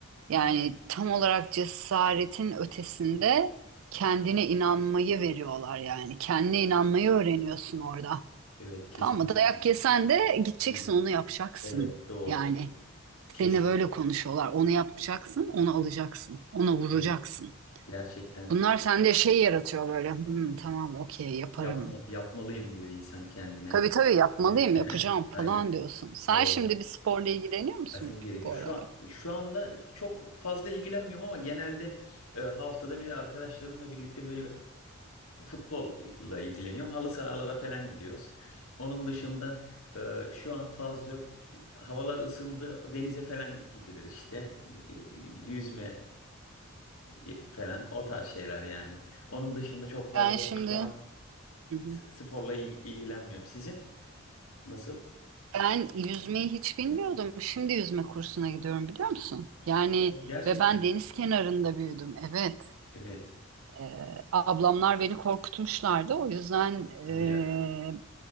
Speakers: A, on the right; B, on the left.
A: Yani tam olarak cesaretin ötesinde kendine inanmayı veriyorlar yani. Kendine inanmayı öğreniyorsun orada.
B: Evet kesinlikle.
A: Tamam mı? Dayak yesen de gideceksin
B: Yine de-
A: onu yapacaksın.
B: Evet doğru.
A: Yani
B: Ke- Kesinlikle.
A: seninle böyle konuşuyorlar. Onu yapacaksın, onu alacaksın, ona vuracaksın.
B: Evet gerçekten
A: Bunlar sende şey yaratıyor böyle. "Hmm, tamam, okey, yaparım
B: yapma, yapmalıyım diyor insan kendine.
A: Tabii tabii yapmalıyım,
B: Evet. <laughs>
A: yapacağım
B: Aynen.
A: falan diyorsun. Sen
B: Doğru.
A: şimdi bir sporla ilgileniyor musun
B: Azim gerekiyor.
A: bu
B: Şu
A: aralar?
B: an, şu anda çok fazla ilgilenmiyorum ama genelde e, haftada bir arkadaşlarımla birlikte böyle bir Futbolla ilgileniyorum. Halı sahalara falan gidiyoruz. Onun dışında e, şu an fazla yok. Havalar ısındı. Denize falan gidilir işte. E, Yüzme e, falan o tarz şeyler yani. Onun dışında çok fazla
A: Ben şimdi
B: şu an
A: Hı hı.
B: s- sporla il- ilgilenmiyorum. Sizin nasıl?
A: ben yüzmeyi hiç bilmiyordum. Şimdi yüzme kursuna gidiyorum biliyor musun? Yani
B: Gerçekten.
A: ve ben deniz kenarında büyüdüm. Evet.
B: Evet.
A: Ee, ablamlar beni korkutmuşlardı. O yüzden ee,
B: Hadi ya.